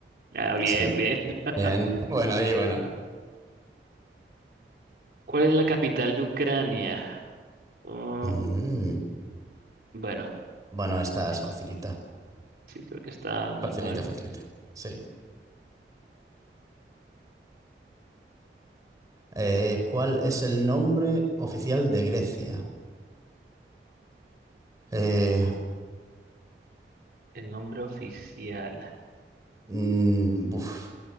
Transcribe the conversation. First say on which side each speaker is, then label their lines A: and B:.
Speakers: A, on the right; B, on the right.
A: ah, bien,
B: sí.
A: bien. <laughs>
B: Bien. <laughs> Buena y buena.
A: ¿Cuál es la capital de Ucrania? Oh,
B: Mm.
A: bueno,
B: Bueno, esta es
A: es-
B: facilita.
A: sí, creo que está normal.
B: Facilita, facilita. Sí. Eh, ¿cuál es el nombre oficial de Grecia? Eh,
A: El nombre oficial.
B: Mm, buf,